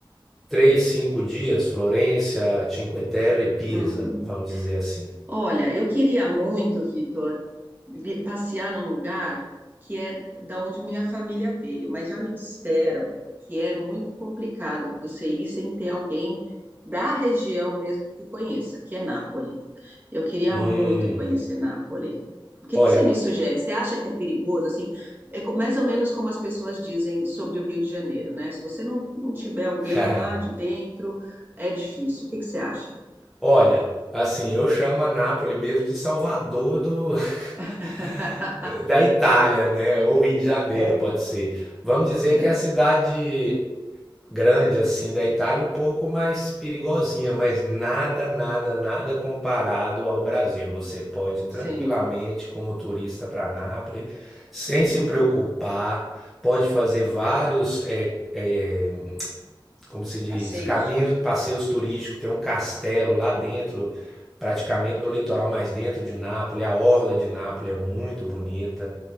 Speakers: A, in the centre; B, on the right (about 20°).
A: três, cinco dias, Florença, Cinque Terre e Pisa,
B: uhum.
A: vamos dizer assim.
B: Olha, eu queria muito, Vitor, vi- passear num lugar que é da onde minha família veio, mas já me disseram que é muito complicado você ir sem ter alguém da região mesmo que conheça, que é Nápoles. Eu queria
A: Hum,
B: muito ir conhecer Nápoles. O que
A: olha,
B: que você me sugere? Você acha que é perigoso? Assim, é co- mais ou menos como as pessoas dizem sobre o Rio de Janeiro, né? Se você não, não tiver alguém
A: <laughs>
B: lá de dentro, é difícil. O que que você acha?
A: olha, assim, eu chamo a Nápoles mesmo de Salvador do
B: <laughs>
A: <laughs> da Itália, né? Ou Rio de Janeiro,
B: É.
A: pode ser. Vamos dizer
B: É,
A: que é a cidade grande assim da Itália, um pouco mais perigosinha, mas nada, nada, nada comparado ao Brasil. Você pode tranquilamente,
B: sim.
A: como turista, para Nápoles, sem se
B: Uhum.
A: preocupar, pode fazer vários eh, eh, como se diz,
B: Passeios?
A: caminhos, passeios turísticos, tem um castelo lá dentro, praticamente no litoral mais dentro de Nápoles, a orla de Nápoles é muito bonita.